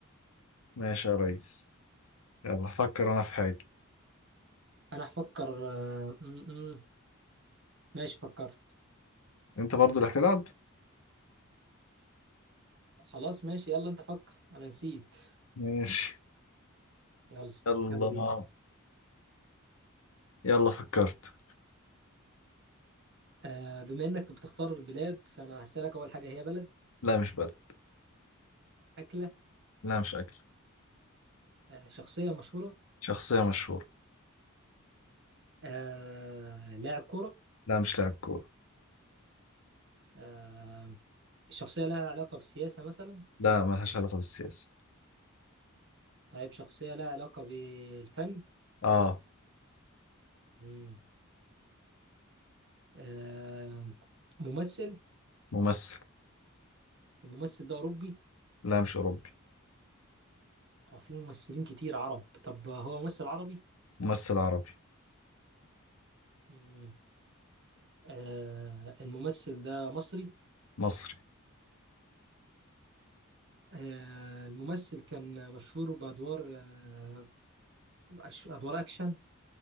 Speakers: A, on the left; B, on the right.
A: ماشي يا ريس يلا فكر أنا في حاجة
B: انا هفكر آه، م- م. ماشي فكرت
A: أنت برضو اللي هتلعب
B: خلاص ماشي يلا انت فكر انا نسيت
A: ماشي
B: يلا
A: يلا
B: يلا بينا
A: يلا فكرت
B: آه، بما انك بتختار بلاد فانا هسألك اول حاجة هي بلد
A: لا مش بلد
B: أكلة
A: لا مش أكل
B: آه، شخصية مشهورة
A: شخصية مشهورة
B: آه، لاعب كورة
A: لا مش لاعب كورة
B: آه، الشخصية لها علاقة بالسياسة مثلا
A: لا ملهاش علاقة بالسياسة
B: طيب شخصية لها علاقة بالفن
A: اه
B: مم. آه، ممثل
A: ممثل
B: الممثل ده أوروبي
A: لا مش أوروبي
B: اه في ممثلين كتير عرب طب هو ممثل عربي
A: ممثل عربي
B: مم. آه الممثل ده مصري
A: مصري
B: آه الممثل كان مشهور بأدوار آه أش- أدوار أكشن